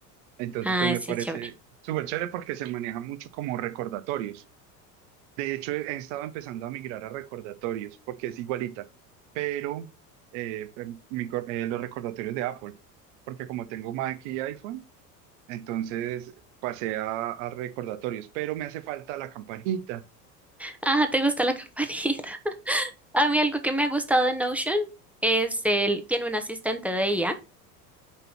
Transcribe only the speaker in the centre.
Ah,
sí,
chévere.
Ah, ¿te gusta la <laughs> campanita? A mí algo que me ha gustado de Notion es el, tiene un asistente de IA